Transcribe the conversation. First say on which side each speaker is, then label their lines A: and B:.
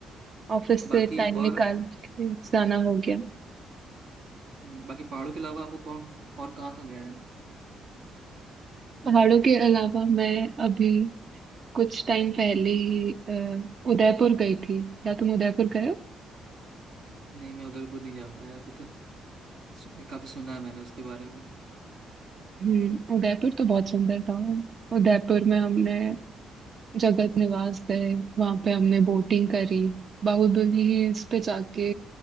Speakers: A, on the right; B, on the right.
A: ऑफिस से
B: बाकी
A: टाइम निकाल
B: और
A: के जाना हो गया
B: हम्म, बाकी पहाड़ों के अलावा आपको कौन और कहाँ कहाँ गए हैं
A: पहाड़ों के अलावा मैं अभी कुछ टाइम पहले ही अ, उदयपुर गई थी क्या तुम उदयपुर गए हो
B: नहीं मैं उदयपुर नहीं जा पाया अभी तक सु- काफी सुना है मैंने उसके बारे में
A: हम्म उदयपुर तो बहुत सुंदर था उदयपुर में हमने जगत निवास गए वहां पे हमने बोटिंग करी बाहुबली हिल्स पे जाके